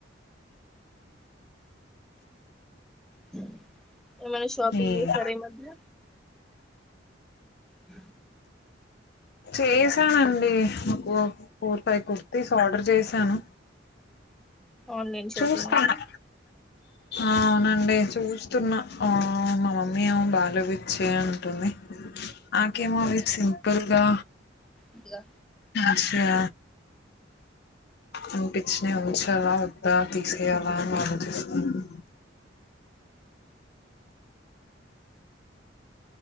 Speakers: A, in the centre; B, on the left.
A: హ్మ్ ఏమైనా షాపింగ్
B: ఈ-
A: చేస్తారేమో అండి హ
B: చేసానండి మాకు నాలుగు ఐదు కుర్చీలు కుర్తి ఆర్డర్ చేశాను
A: ఆన్లైన్ షాపింగ్
B: చూస్తాను
A: అండి
B: అవునండి చూస్తున్న మా మమ్మీ ఏవో భలే రిచ్చి అని అంటుంది నాకేమో రిచ్చి కర్గా
A: ఇదిగా
B: రిచ్చ్ గా అనిపించిన ఉంచాలా వద్దా తీసేయాలా అని ఆలోచిస్తాను.